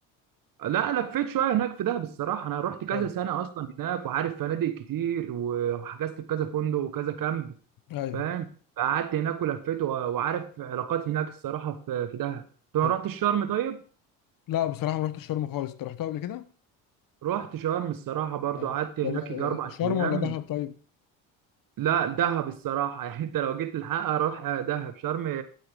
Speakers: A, on the right (about 50°); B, on the left (about 50°).
A: لا لفيت شوية هناك في دهب الصراحة انا رحت كذا
B: ايوه
A: سنة اصلا هناك وعارف فنادق كتير وحجزت في كذا فندق وكذا كامب
B: ايوه
A: فاهم قعدت هناك ولفيت و- وعارف علاقات هناك الصراحة في في دهب طب
B: طب
A: ما رحت الشرم طيب
B: لا بصراحه ما رحتش شرم خالص انت رحتها قبل كده؟
A: رحت شرم الصراحة برضو
B: ايوه
A: قعدت هناك
B: طب آه،
A: يجي أربع
B: شرم
A: أيام
B: ولا دهب طيب؟
A: لا دهب الصراحة <laughs> يعني أنت لو جيت الحق أروح دهب شرم